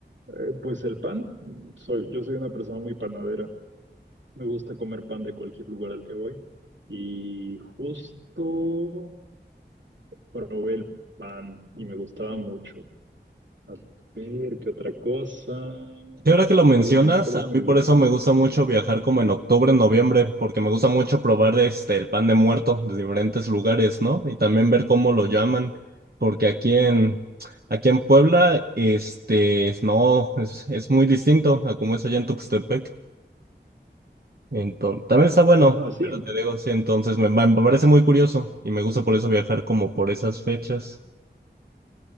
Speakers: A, on the right; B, on the right.
A: Eh, pues el pan, mm, soy, yo soy una persona muy panadera. Me gusta comer pan de cualquier lugar al que voy. Y justo probé el pan y me gustaba mucho. A ver, ¿qué otra cosa?
B: Y ahora que
A: Híjole,
B: lo mencionas,
A: no me acuerdo
B: a
A: muy
B: mí por
A: bien.
B: eso me gusta mucho viajar como en octubre, noviembre, porque me gusta mucho probar este el pan de muerto de diferentes lugares, ¿no? Y también ver cómo lo llaman, porque aquí en aquí en Puebla, este, no, es, es muy distinto a como es allá en Tuxtepec. Entonces, también está bueno,
A: Ah, sí.
B: pero te digo, sí, entonces me, me parece muy curioso y me gusta por eso viajar como por esas fechas.